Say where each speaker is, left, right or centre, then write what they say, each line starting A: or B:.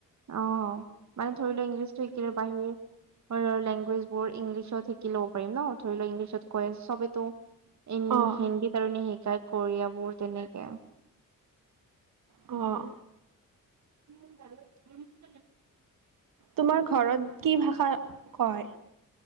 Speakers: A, on the right; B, on the right.
A: অঁ, মানে ধৰি লোৱা ইংলিছতটো শিকিলে বাহি- লেংগুৱেজ বোৰ ইংলিছত শিকি ল'ব পাৰিম ন। ধৰি লোৱাক ইংলিছত কৈ আছে চবেইতো- ই
B: অ',
A: হিন্দীত কাৰণে শিকায় কৰিয়াবোৰ তেনেকে-
B: অঁ।
A: কি মিছিল?
B: তোমাৰ ঘৰত কি ভাষা কয়?